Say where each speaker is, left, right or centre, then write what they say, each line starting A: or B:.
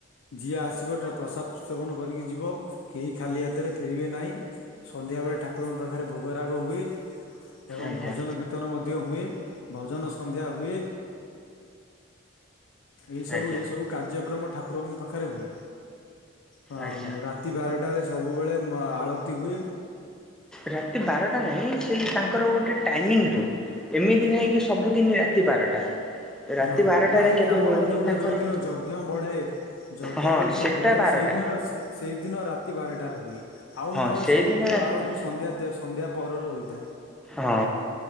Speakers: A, on the left; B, in the centre.
A: ଯିଏ ଆସିବ ଟେ ପ୍ରସାଦ ସେବନ କରିକି ଯିବ କେହି ଖାଲି ହାତରେ ଫେରିବେ ନାହିଁ। ସନ୍ଧ୍ୟା ବେଳେ ଠାକୁରଙ୍କ ପାଖରେ ଭୋଗରାଗ ହୁଏ ଏବଂ
B: ଆଜ୍ଞା
A: ଭଜନ କୀର୍ତ୍ତନ ମଧ୍ୟ ହୁଏ। ଭଜନ ସନ୍ଧ୍ୟା ହୁଏ। ଏଇ ସବୁ
B: ଆଜ୍ଞା
A: ଏଇ ସବୁ କାର୍ଯ୍ୟକ୍ରମ ଠାକୁରଙ୍କ ପାଖରେ ହୁଏ। ହଁ
B: ଆଜ୍ଞା
A: ରାତି ବାରଟାରେ ସବୁବେଳେ ମ ଆଳତି ହୁଏ।
B: ରାତି ବାରଟାରେ ହିଁ ସେଇ ତାଙ୍କର ଗୋଟେ ଟାଇମିଙ୍ଗ ରୁହେ। ଏମିତି ନାହିଁ କି ସବୁଦିନ ରାତି ବାରଟା। ରାତି
A: ହଁ
B: ବାରଟାରେ
A: ନାଇଁ
B: କେବେ
A: ଆମର
B: ହୁଏନି
A: ଯୋଉଟା
B: ତାଙ୍କର
A: ଯୋଉଦିନ ଯଜ୍ଞ ବଢେ ଯଜ୍ଞ
B: ହଁ
A: ଯୋଉ ଦିନ
B: ସେଟା
A: ବଢେ
B: ବାରଟା
A: ସେଇ ଦିନର ସେ ସେଇଦିନ ରାତି ବାରଟାରେ ହୁଏ, ଆଉ
B: ହଁ
A: ନହଲେ
B: ସେଇଦିନ
A: ସବୁ ଦିନ
B: ରାତି
A: ଆଳତି
B: ବାର
A: ସନ୍ଧ୍ୟା ଦେ ସନ୍ଧ୍ୟା ପହରରେ ହୋଇଥାଏ।
B: ହଁ